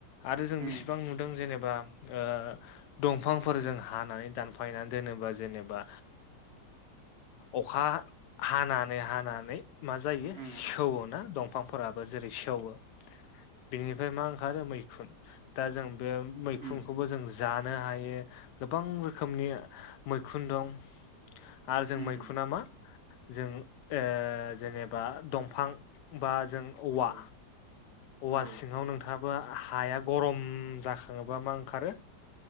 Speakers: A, on the left; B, on the right.
A: आरो जों
B: उम
A: बेसेबां नुदों जेनेबा ओ दंफांफोरजों हानानै दानफायनानै दोनोबा जेनेबा ओ अखा हानानै-हानानै मा जायो
B: उम
A: सेवोन <inaudible> दंफांफोराबो जेरै सेवो बेनिफाय मा ओंखारो मैखुन दा जों बेयाव मैखुनखौबो
B: उम उम
A: जों जानो हायो गोबां रोखोमनि मैखुन दं। आरो जों
B: उम
A: मैखुना मा जों ओ जेनेबा दंफां बा जों औवा
B: औ
A: औवा
B: औ
A: सिङाव नोंथाङा बा हाया गरम जाखाङोबा मा ओंखारो